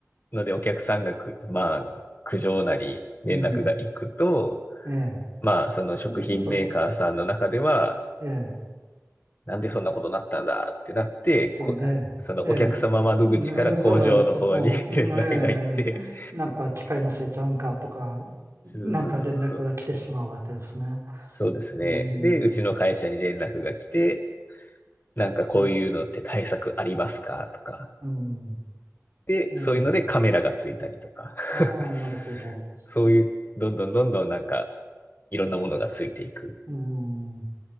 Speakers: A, on the left; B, on the right.
A: のでお客さんがく、まあ、苦情なり連絡が行くと、
B: うん、ええ、
A: まあ、その食品メーカーさんの中では、
B: うんそし、ええ。
A: なんでそんなことになったんだってなって、
B: で、
A: こ、そのお客様窓口から工場の方に
B: ええ、ええ、うんだから、そこう、
A: <laughs> 連絡が行って、
B: んええ、なんか機械のせいちゃうんかとか、
A: そうそうそうそう。
B: なんか連絡が来てしまうわけですね。
A: そうですね。
B: うん、
A: で、うちの会社に連絡が来て、
B: う
A: なんかこういうのって対策ありますかとか。
B: ん、うん、
A: で、
B: ええ、
A: そういうのでカメラがついたりとか。
B: ああ、
A: <laughs>
B: なるほど。
A: そういう、どんどんどんどんなんか、いろんなものがついていく。
B: うん、